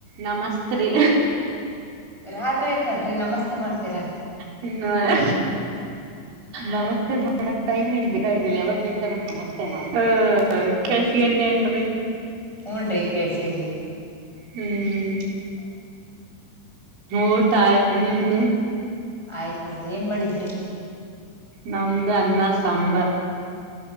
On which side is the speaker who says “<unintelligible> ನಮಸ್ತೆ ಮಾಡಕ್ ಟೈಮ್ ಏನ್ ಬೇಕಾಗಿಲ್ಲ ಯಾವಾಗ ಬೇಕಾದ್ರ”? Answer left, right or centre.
Right